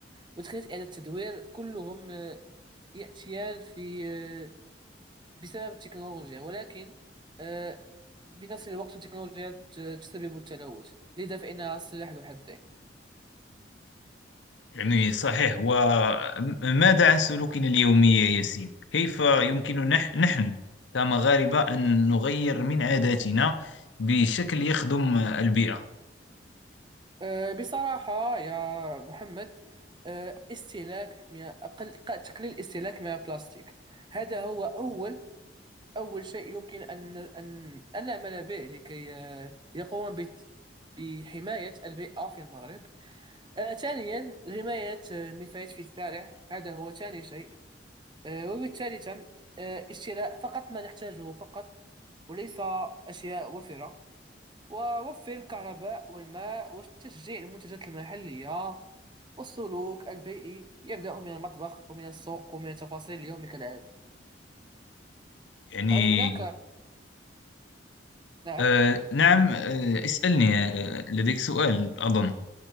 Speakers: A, on the right; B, on the left.
A: وتقنية إعادة التدوير كلهم آه، يأتيان في آه، بسبب التكنولوجيا ولكن آه، بنفس الوقت التكنولوجيا ت- تسبب التلوث لذا فإنها سلاح ذو حدين
B: يعني صحيح وماذا عن سلوكنا اليومي يا ياسين؟ كيف يمكن نح نحن كمغاربة أن نغير من عاداتنا بشكل يخدم البيئة؟
A: آه، بصراحة يا محمد آه، استهلاك من أقل ق- تقليل الاستهلاك من البلاستيك هذا هو أول أول شيء يمكن أن أن أن نعمل به لكي آه، يقوم بت- بحماية البيئة في المغرب آه، ثانيا حماية آه، النفايات في الشارع هذا هو ثاني شيء آه، وبالتالي آه، اشتراء فقط ما نحتاجه فقط وليس أشياء وفرة ووفر الكهرباء والماء وتشجيع المنتجات المحلية والسلوك البيئي يبدأ من المطبخ ومن السوق ومن تفاصيل اليوم كالعادي
B: يعني
A: هل هناك نعم
B: آه نعم آه اسألني آه لديك سؤال أظن